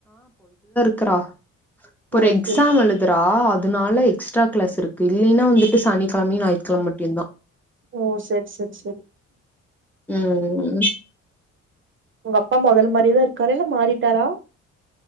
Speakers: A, in the centre; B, on the right (about 40°).
A: க்குறா ப ஒரு
B: ஓ
A: எக்ஸாம்
B: செரி
A: எழுதுறா அ துனால எக்ஸ்ட்ரா க்ளாஸ் இருக்கு இல்லைனா வந்துட்டு சனிக்கெழமையு ஞாயித்கெழம் மட்யுந்தா
B: ஓ செர் செரி செரி
A: ம்
B: உங்க அப்பா மொதல மாரிதா இருக்காரா இல்ல மாறிட்டாரா